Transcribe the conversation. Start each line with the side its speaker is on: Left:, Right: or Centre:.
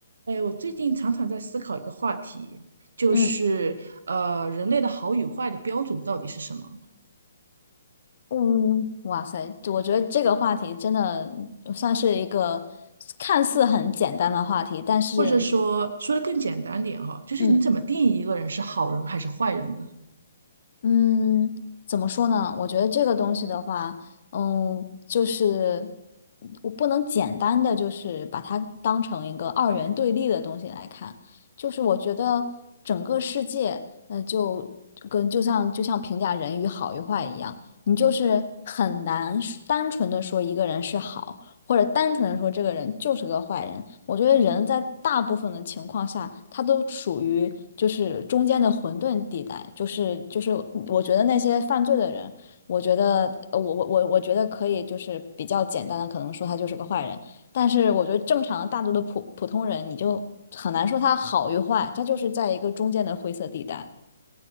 Right: 哎，我最近常常在思考一个话题，就是呃，
Left: 嗯
Right: 人类的好与坏的标准到底是什么？
Left: 嗯，哇塞，我觉得这个话题真的呃算是一个看似很简单的话题，但是，
Right: 或者说，说的更简单点哈，就是你怎么定义一个人是好人还是坏人呢？
Left: 嗯嗯，怎么说呢？我觉得这个东西的话，嗯，就是我不能简单的就是把它当成一个二元对立的东西来看，就是我觉得整个世界，呃，就跟就像就像评价人与好与坏一样，你就是很难单纯的说一个人是好。或者单纯的说这个人就是个坏人。我觉得人在大部分的情况下，他都属于就是中间的混沌地带，就是就是我觉得那些犯罪的人，我觉得呃我我我我觉得可以就是比较简单的可能说他就是个坏人，但是我觉得正常大多的普普通人，你就很难说他好与坏，他就是在一个中间的灰色地带。